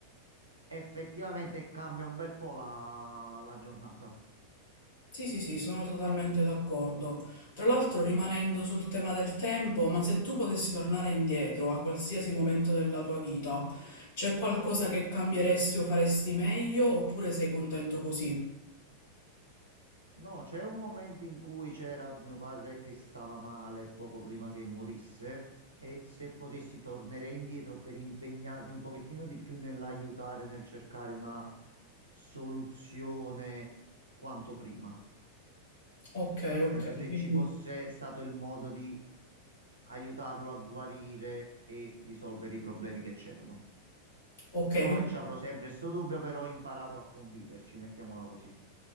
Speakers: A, on the right; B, on the left.
A: effettivamente cambia un bel po' la, la giornata.
B: Sì, sì, sì, sono totalmente d'accordo. Tra l'altro, rimanendo sul tema del tempo, ma se tu potessi tornare indietro a qualsiasi momento della tua vita, c'è qualcosa che cambieresti o faresti meglio oppure sei contento così?
A: No, c'è un momento in cui c'era mio padre che stava male poco prima che morisse e se potessi tornerei indietro per impegnarmi un pochettino di più nell'aiutare, nel cercare una soluzione quanto prima.
B: Ok, ok,
A: Nel senso,
B: quindi,
A: se ci fosse stato il modo di aiutarlo a guarire e risolvere i problemi che c'erano.
B: ok,
A: Ciò
B: quindi,
A: e ci avrò sempre sto dubbio, però ho imparato a conviverci, mettiamola così.